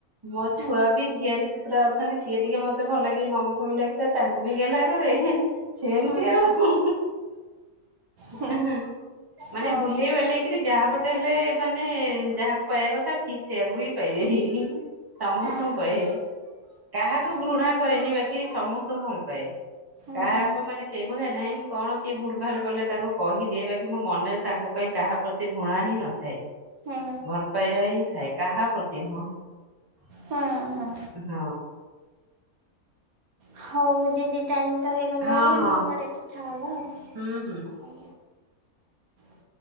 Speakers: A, on the right; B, on the right.
A: ମୋ
B: ହୁଁ
A: ଛୁଆ ବି ଝିଆରି ପୁତୁରା ଅଥାନ୍ତି ସିଏ ଟିକେ ମତେ ଭଲକରି ମମି ଫମି ଡାକିଥାଏ ତାଙ୍କୁ ବି ଗେହ୍ଲା କରେ ସେମିତି
B: ହୁଁ
A: ଆଉ
B: ହୁଁ ହୁଁ ହୁଁ
A: ଆ ହଁ <inaudible> ମାନେ
B: ହଁ
A: ବୁଲେଇ ବଲେଇକରି ଯାହା ପଟେ ହେଲେ ମାନେ ଯାହାକୁ ପାଇବା କଥା ଠିକ ସେଆକୁ ହିଁ ପାଇଯାଇଏନି ସମସ୍ତଙ୍କୁ
B: ହୁଁ ହୁଁ
A: ପାଏ କାହାକୁ
B: ହୁଁ।
A: ଘୃଣା କରେନି ବାକି ସମସ୍ତଙ୍କୁ ଭଲ ପାଏ
B: ହୁଁ
A: କାହାକୁ
B: ହୁଁ
A: ମାନେ ସେଇଭଳିଆ ନାହିଁ ମୁଁ କଣ କିଏ ଭୁଲ ଭାଲ କଲେ ତାଙ୍କୁ କହିଦିଏ ବାକି ମୋ ମନରେ ତାଙ୍କ ପାଇଁ କାହା ପ୍ରତି ଘୃଣା ହିଁ ନଥାଏ।
B: ହୁଁ
A: ଭଲ ପାଇଵ ହି ଥାଏ କାହା ପ୍ରତି ନୁହଁ।
B: ହଁ ହଁ ହଉ ଦିଦି ଟାଇମ୍ ତ ହେଇଗଲାଣି
A: ହଁ
B: ଆମେ
A: ହଁ
B: ପରେ କଥା ହେଵା ଆଉ।
A: ହୁଁ ହୁଁ।
B: <inaudible>